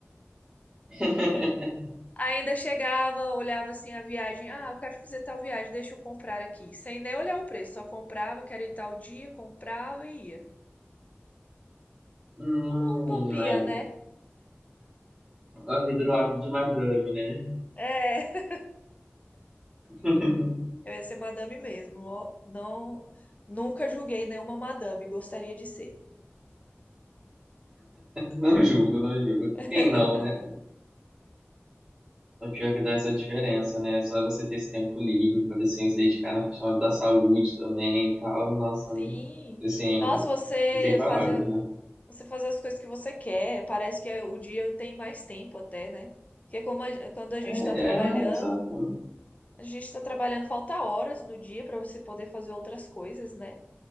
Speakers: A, on the right (about 25°); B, on the left (about 30°).
A: <laughs>
B: Ainda chegava, olhava assim a viagem. Ah, eu quero fazer tal viagem, deixa eu comprar aqui. Sem nem olhar o preço, só comprava, quero ir tal dia, comprava e ia.
A: Hum,
B: Uma utopia,
A: é,
B: né?
A: a vida do lado de madame, né?
B: É,
A: <laughs>
B: <laughs> eu ia ser madame mesmo, ó. Não, nunca julguei nenhuma madame, gostaria de ser.
A: Não julgo, não julgo.
B: <laughs>
A: Quem não, né? É pior é que dá essa diferença, né? É Só você ter esse tempo livre, poder assim, se dedicar na questão da saúde também e tal. Nossa,
B: Sim.
A: assim,
B: Nossa, você
A: não tem palavras,
B: fazer,
A: né?
B: você fazer as coisas que você quer, parece que é- o dia tem mais tempo até, né? Porque como a- quando a gente
A: É,
B: está trabalhando,
A: é, exato.
B: A gente tá trabalhando, falta horas no dia pra você poder fazer outras coisas, né?